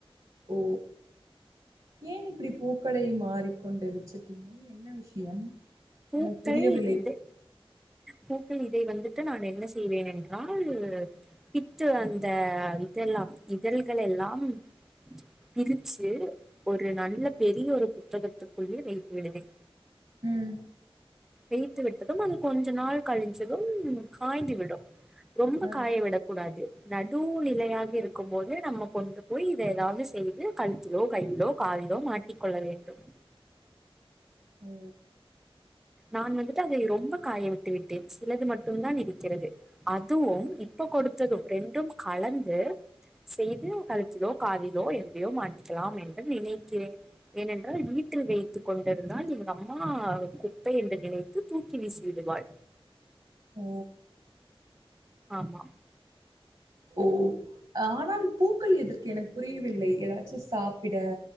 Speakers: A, on the right; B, in the centre.
A: ஓ ஏன் இப்படி பூ க்களை மாறிக்கொண்டு வச்சு என் என்ன விஷயம்
B: பூக்கள்
A: எனக்கு புரியவில்லை
B: இது பூ இதை வந்துட்டு நான் என்ன செய்வேன் என்றால் பித்து அந்த இதெல்லாம் இதழ்கள் எல்லாம் பிரிச்சு ஒரு நல்ல பெரிய ஒரு புத்தகத்துக்குள்ளே வைத்து விடுவேன்
A: ம்
B: எயித்து விட்டதும் அது கொஞ்ச நாள் கழிஞ்சதும் காய்ந்து விடும் ரொம்ப
A: ஆ
B: காய விடக் கூடாது நடு நிலையாக இருக்கும்போது நம்ம கொண்டு போய் இத ஏதாவுது செய்து கழுத்திலோ கையிலோ காலிலோ மாட்டி கொள்ள வேண்டும்
A: ஓ
B: நான் வந்துட்டு அதை ரொம்ப காய விட்டு விட்டேன் சிலது மட்டுந்தான் இருக்கிறது அதுவும் இப்ப கொடுத்ததும் ரெண்டும் கலந்து செய்து கழுத்திலோ காதிலோ எதிலயோ மாட்டிக்கலாம் என்று நினைக்கிறேன் ஏன் என்றால் வீட்டில் வைத்து கொண்டிருந்தால் எங்க அம்மா கு குப்பை என்று நினைத்து தூக்கி வீசி விடுவாள்
A: ஓ
B: ஆமா
A: ஓ ஆனா நாள் பூக்கள் எதற்கு எனக் புரியவில்லை ஏதாச்சும் சாப்பிட